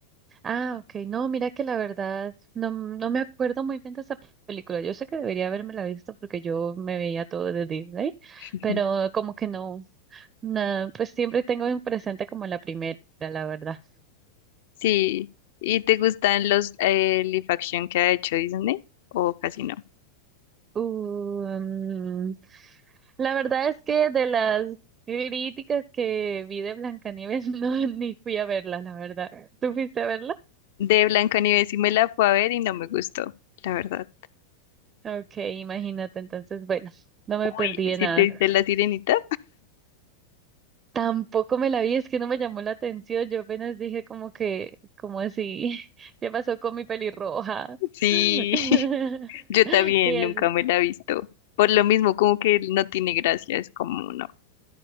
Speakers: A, on the right; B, on the left.
A: Ah, ok. No, mira que la verdad no, no me acuerdo muy bien de esa película. Yo sé que debería haberme la visto porque yo me veía todo de Disney,
B: Ujú.
A: pero como que no, na- pues siempre tengo en presente como la primera, la verdad.
B: Sí. ¿Y te gustan los eh, live action que ha hecho Disney? ¿O casi no?
A: Uh, mm, La verdad es que de las críticas que vi de Blancanieves, <laughs> no, ni fui a verla, la verdad. ¿Tú fuiste a verla?
B: de Blancanieves y me la fue a ver y no me gustó, la verdad.
A: Ok, imagínate, entonces, bueno, no me
B: Uy,
A: perdí de
B: si
A: nada.
B: te viste La Sirenita?
A: Tampoco me la vi, es que no me llamó la atención. Yo apenas dije como que, como así, <laughs> ¿qué pasó con mi pelirroja?
B: Sí,
A: <laughs>
B: <laughs> yo también
A: Y es-
B: nunca me la he visto. Por lo mismo, como que no tiene gracia, es como no,